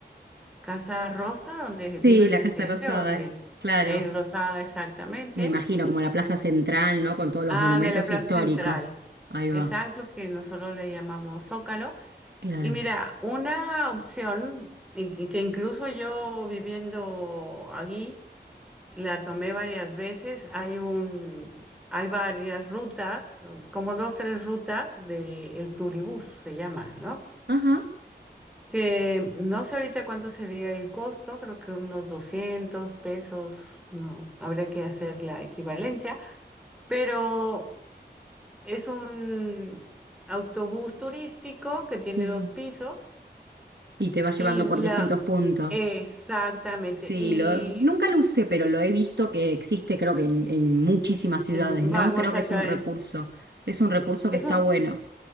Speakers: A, in the centre; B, on the right.
A: Casa Rosa, donde
B: Sí,
A: vive el
B: la
A: presidente,
B: Casa Rosada,
A: o donde
B: claro.
A: es rosada exactamente.
B: Me imagino como la plaza central, ¿no? Con todos los
A: Ah,
B: monumentos
A: de la Plaza
B: históricos.
A: Central,
B: Ahí
A: exacto,
B: va.
A: que nosotros le llamamos Zócalo.
B: Claro.
A: Y mira, una opción y que que incluso yo viviendo allí la tomé varias veces, hay un, hay varias rutas, como dos, tres rutas de el Turibús se llama, ¿no?
B: Ajá,
A: Que no sé ahorita cuánto sería el costo, creo que unos 200 pesos, no, habría que hacer la equivalencia, pero es un autobús turístico que tiene
B: sí.
A: dos pisos
B: Y te va llevando
A: Y
B: por
A: la,
B: distintos puntos.
A: exactamente,
B: Sí,
A: y
B: lo, nunca lo usé, pero lo he visto que existe, creo que en, en muchísimas ciudades,
A: en
B: ¿no?
A: va- muchas
B: Creo que es
A: ciudades,
B: un recurso. Es un recurso
A: eso
B: que está bueno.